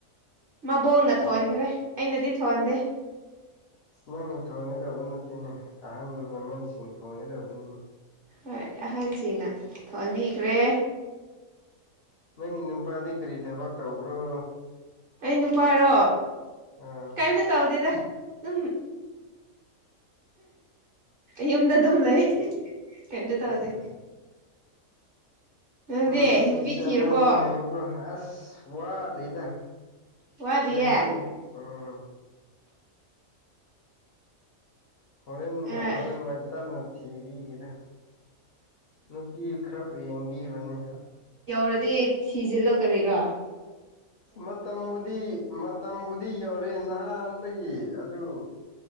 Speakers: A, on the right (about 50°); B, on the left (about 60°).
A: ꯃꯕꯣꯡꯅ
B: ꯑꯁ
A: ꯊꯣꯟꯈ꯭ꯔꯦ
B: ꯌꯥꯝ
A: ꯑꯩꯅꯗꯤ ꯊꯣꯟꯗꯦ
B: ꯅꯪꯅ ꯊꯣꯟꯒꯗꯕ ꯅꯠꯇꯦꯅꯦ ꯑꯍꯜ ꯂꯃꯟꯁꯤꯡ ꯊꯣꯟꯒꯗꯕꯅꯤꯅꯦ
A: ꯍꯣꯏ ꯑꯍꯟꯁꯤꯡꯅ ꯊꯣꯟꯕꯤꯈ꯭ꯔꯦ
B: ꯅꯪꯒꯤ ꯅꯨꯄꯥꯗꯤ ꯀꯔꯤ ꯊꯕꯛ ꯇꯧꯕ꯭ꯔꯣ
A: ꯑꯩ ꯅꯨꯄꯥꯔꯣ
B: ꯑꯥ
A: ꯀꯩꯏꯝꯇ ꯇꯧꯗꯦꯗ ꯑꯗꯨꯝ ꯌꯨꯝꯗ ꯑꯗꯨꯝ ꯂꯩ ꯀꯩꯏꯝꯇ ꯇꯧꯗꯦ
B: ꯑꯁ
A: ꯅꯪꯗꯤ
B: ꯅꯨꯡꯁꯤ
A: ꯅꯨꯄꯤ
B: ꯆꯥꯟꯅꯅ
A: ꯊꯤꯔꯕꯣ
B: ꯂꯩꯌꯨꯀꯣ ꯑꯁ ꯋꯥꯠꯂꯤꯗ
A: ꯋꯥꯠꯂꯤꯌꯦ
B: ꯆꯍꯤ ꯎꯝ ꯍꯣꯔꯦꯟ
A: ꯑꯥ
B: ꯍꯣꯔꯦꯟ ꯋꯥꯏ ꯇꯞꯅ ꯊꯤꯕꯤꯒꯦꯗ ꯅꯨꯄꯤ ꯈꯔ ꯌꯦꯡꯕꯤꯔꯣꯅꯦ
A: ꯀꯔꯤ ꯊꯤꯖꯤꯜꯂꯣ ꯀꯔꯤꯔꯥ
B: ꯃꯇꯝꯕꯨꯗꯤ ꯃꯇꯝꯕꯨꯗꯤ ꯌꯧꯔꯦ ꯅꯍꯥꯟꯗꯒꯤ ꯑꯗꯨ